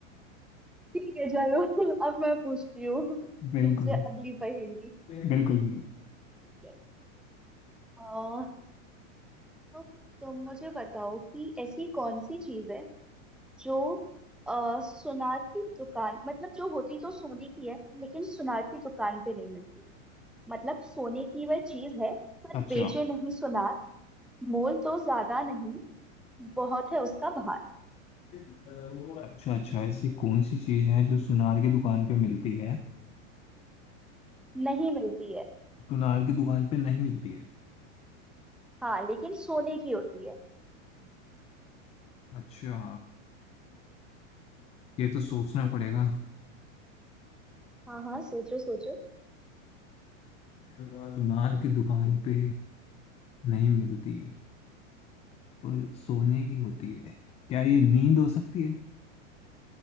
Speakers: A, in the centre; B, on the left.
A: ठीक है चलो अब मैं पूछती हूँ तुमसे
B: बिल्कुल
A: अगली पहेली
B: बिल्कुल
A: ठीक है आ, तो तुम मुझे बताओ कि ऐसी कौन सी चीज है जो आ, सुनार की दुकान मतलब जो होती तो सोने की है लेकिन सुनार की दुकान पे नहीं मिलती मतलब सोने की वह चीज है पर
B: अच्छा
A: बेचे नहीं सुनार मोल तो ज्यादा नहीं बहुत है उसका भार
B: अच्छा अच्छा ऐसी कौन सी चीज है जो सुनार की दुकान पे मिलती है
A: नहीं मिलती है
B: सुनार की दुकान पे नहीं मिलती है
A: हाँ लेकिन सोने की होती है
B: अच्छा ये तो सोचना पड़ेगा
A: हाँ हाँ सोचो सोचो
B: सुनार की दुकान पे नहीं मिलती पर सोने की होती है क्या ये नींद हो सकती है